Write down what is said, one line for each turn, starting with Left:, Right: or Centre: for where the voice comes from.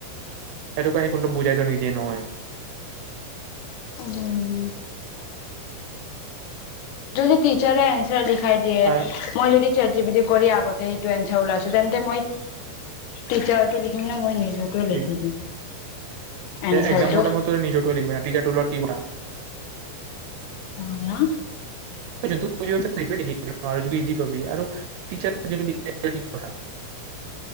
Right: সেইটো ক আহি কোনটো বুজাই য নিদিয়ে নহয়।
Left: উম যদি টিচাৰে এনছাৰ দিয়ে। দাই দিয়ে
Right: আৰু
Left: মই যদি। জিপিটি কৰি আগতে সেইটো এনছাৰ ওলাইছো তেন্তে মই টিচাৰটো লিখিম নে মই নি। এইটোৱেই
Right: কি
Left: নেকি
Right: তে
Left: এনছাৰটো?
Right: এক্সামৰ টাইমত তই নিজৰটো লিখিবি না টিচাৰটোৰ লগত কি কথা
Left: হাআ
Right: পইচাটো <unintelligible> দি থৈ নেকি? আৰু যদি ইজি পাবি আৰু টিচাৰ যে নো কি কথা।